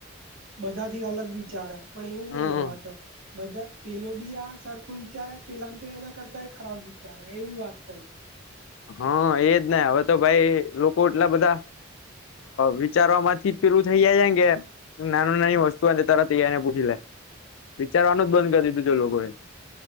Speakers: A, on the right; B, on the left.
A: બધા થી અલગ વિચારે પણ એવું
B: હમ
A: નહી, હોવા તો બધા પેલો બી આ સરખો વિચાર પેલાને તો એના કરતા એ ખરાબ વિચાર એવું વાત થાય
B: હા એજ નાહી, હવે તો ભાઈ લોકો એટલા બધા વિચારવા માંથી પેલું થઇ જાય કેે નાનું નાની વસ્તુ તરત ને પૂછી, લે વિચારવાનું જ બંધ કરી દીધું ચ લોકોને